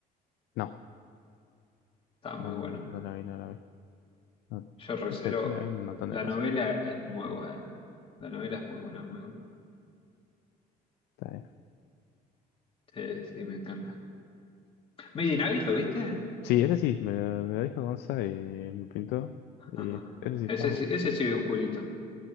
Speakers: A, on the left; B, on the left.
A: no,
B: Estaba
A: no,
B: muy bueno.
A: no la vi, no la vi. No,
B: Yo Rosero,
A: no sé, tío, hay un montón
B: la
A: de cosas
B: novela
A: que están-
B: es muy buena. La novela es muy buena, muy buena.
A: está ahí.
B: Sí, sí, me encanta. Made in Abyss, ¿lo viste? <laughs>
A: Sí, ese sí, me lo, me lo dijo Gonza y me pintó. Y
B: Ajá.
A: ese sí, estamos.
B: Ese sí, ese sí es oscurito.